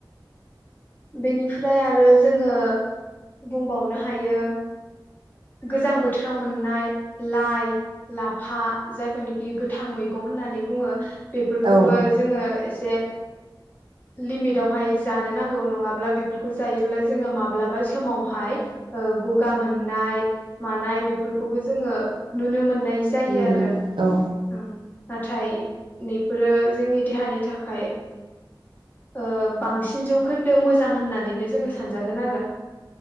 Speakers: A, on the left (about 25°); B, on the right (about 75°).
A: बेनिफ्राय आरो जोङो बुंबावनो हायो! गोजां बोथोराव मोननाय लाइ लाफा जायखौनोखि गोथां मैगं औ होननानै बुङो! बेफोरखौबो
B: औ
A: जोङो एसे लिमिट आवहाय जानो नांगौ! ओ नङाब्ला बेफोरखौ जायोब्ला जोङो माब्लाबा समावहाय गगा मोननाय - मानाय बेफोरखौबो जोङो नुनो मोननाय जायो
B: नुनो
A: आरो
B: मोनो औ
A: ओं- नाथाय बेफोरो जोंनि देहानि थाखाय- ओ बांसिन जौ खोन्दो मोजां होननानैनो जोङो सानजागोन आरो -